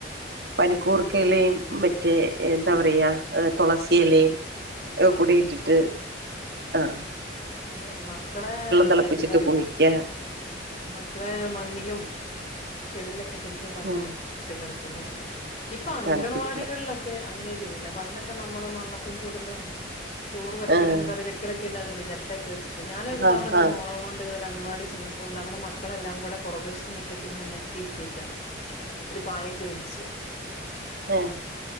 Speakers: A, on the right; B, on the left.
A: പനിക്കൂർക്കയിലയും മറ്റേ എന്താ പറയാ തുളസിയിലും ഒ കൂടി
B: ഉം
A: ഇട്ടിട്ട് ആഹ
B: അതെ മക്കളെ
A: തിളപ്പിച്ചിട്ട്
B: എന്തറിയാ
A: കുളിക്ക
B: മക്കളെ മണ്ണിലും ചെളിയിലൊക്കെ ശരിക്കും പറഞ്ഞ
A: ഉം
B: വിട്ട് കളിപ്പിക്കണം ഇപ്പൊ അങ്കണവാടികളിലൊക്കെ
A: തണുപ്പിക്കണം
B: ക്ക് അങ്ങനെ ചെയ്യ്ന്നേ പണ്ടൊക്കെ നമ്മള് മണ്ണപ്പും ചുടലും ചോറ് വെക്കലും
A: ആഹ്
B: കറി വെ ക്കലൊക്കെണ്ടാര്ന്നില്ലേ ചിരട്ട ഒക്കെ വെച്ചിട്ട് ഞാനൊരു തവണതെ
A: ആഹ് ആഹ്
B: മോളോം കൊണ്ട് ട്ട് അംഗൻവാടി ചെന്നപ്പോൊണ്ട് അവിടെ മക്കളെല്ലാം കൂടെ പുറകുവശത്തും മുറ്റത്തിങ്ങനെ നിരത്തി വിട്ടേക്ക ഒരു പായക്കെ വിരിച്ച്
A: ഏഹ്